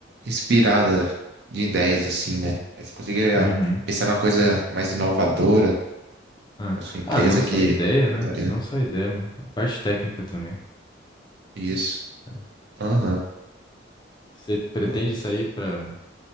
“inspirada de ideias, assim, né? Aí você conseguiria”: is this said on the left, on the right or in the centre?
Right